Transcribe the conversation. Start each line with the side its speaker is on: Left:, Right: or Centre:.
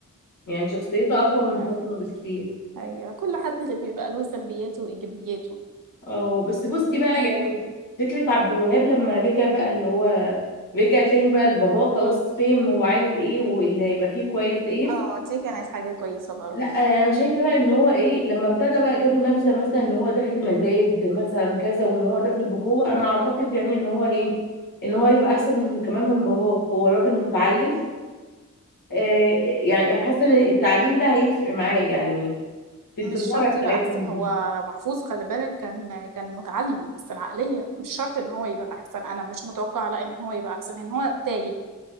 Left: يعني شخصيتها اقوى من
Right: ايوه
Left: فاطمه بكتير
Right: ايوه كل حد اللي بيبقى له سلبياته وايجابياته
Left: اه بس بصي بقى
Right: ايوه
Left: يعني فكره عبد الوهاب لما رجع بقى اللي هو رجع تاني بقى لباباه خلاص فهم هو عايز ايه واللي هيبقى فيه كويس ايه
Right: اه دي كانت حاجه كويسه برضه
Left: لا انا شايفه بقى ان هو ايه لما ابتدى بقى جابوا نبذه مثلا ان هو داخل مزايد مثلا كذا وان هو داخل بقوه انا اعتقد يعني ان هو ايه ان هو يبقى احسن من كمان من باباه هو راجل متعلم آه يعني حاسه ان التعليم ده هيفرق معاه يعني في التجارة
Right: مش شرط
Left: بتاعتهم
Right: يبقى احسن
Left: دي
Right: هو محفوظ خلي بالك كان كان متعلم بس العقليه مش شرط ان هو يبقى احسن انا مش متوقعه لا ان هو يبقى احسن ان هو تايه